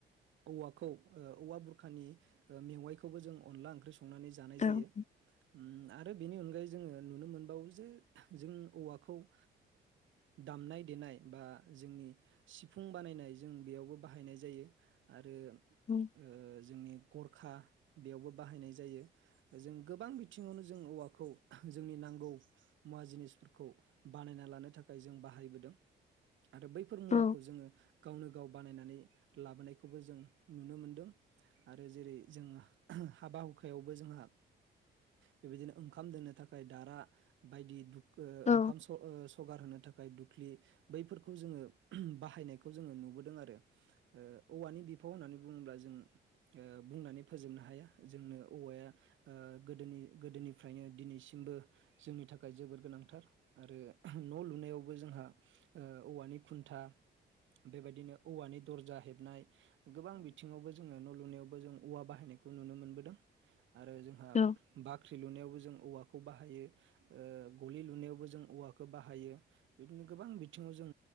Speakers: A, on the right; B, on the left.
A: औवाखौ ओ औवा बुरखानि मेवाइखौबो जों अनला ओंख्रि सं संनानै जानाय
B: औ
A: जायो ओ आरो बेनि अनगायै जोंङो नुनो मोन बाव जे जों औवाखौ ओ दामनाय देनाय बा जोंनि सिफुं बानायनाय जों बेयावबो बाहायनाय जायो आरो
B: उम
A: ओ जोंनि गरखा बेयावबो बाहायनाय जायो जों गोबां बिथिङावनो जों औवाखौ जोंनि नांगौ मुवा जिनिसफोरखौ बानायना लानो थाखाय जों बाहायबोदों आरो बैफोर मुवाखौ
B: औ
A: जोङो गावनो गाव बानायनानै लाबोनायखौबो जों नुनो मोनदों आरो जेरै जों हाबा हुखायावबो जोंहा बेबायदिनो ओंखाम दोननो थाखाय दारा बायदि दुख ओ
B: औ
A: ओखाम स ओ स खौगार होनो थाखाय दुख्लि बैफोरखौ जोङो बाहायनायखौ जोङो नुबोदों आरो ओ औवानि बिफाव होननानै बुङोब्ला जों ओ बुंनानै फोजोबनो हाया जोंनो औवाया गोदोनि ओ गोदोनिफ्रायनो दिनैसिमबो जोंनि थाखाय जोबोर गोनांथार आरो न' लुनायावबो जोंहा ओ औवानि खुन्था बेबायदिनो औवानि दरजा हेबनाय गोबां बिथिङावबो जोङो न' लुनायाव जों औवा बाहायनायखौ नुनो मोनबोदों आरो जोंहा
B: औ
A: बाख्रि लुनायावबो जों औवाखौ बाहायो ओ गलि लुनायावबो जों औवाखौ बाहायो बिदिनो गोबां बिथिङाव जों